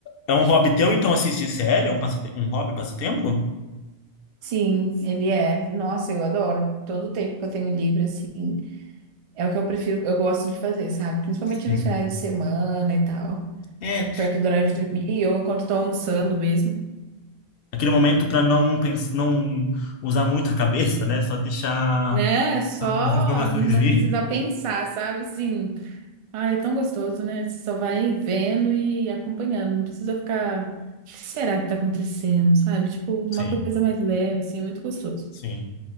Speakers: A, on the left; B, on the right.
A: É um hobby teu, então, assistir série? É um, passate- um hobby, passatempo?
B: Sim, ele é. Nossa, eu adoro. Todo o tempo que eu tenho livre assim. É o que eu prefiro, eu gosto de fazer, sabe? Principalmente
A: Sim.
B: nos finais de semana e tal,
A: É,
B: perto do horário de dormir ou enquanto tô almoçando mesmo.
A: aquele momento para não, pens- não usar muito a cabeça, né? Só deixar
B: Né? Só
A: as informações
B: não
A: virem.
B: precisar pensar, sabe? Sim. Ah, é tão gostoso, né? Você só vai vendo e acompanhando, não precisa ficar. O que será que tá acontecendo, sabe? Tipo, uma
A: Sim,
B: coisa mais leve, assim, é muito gostoso.
A: sim.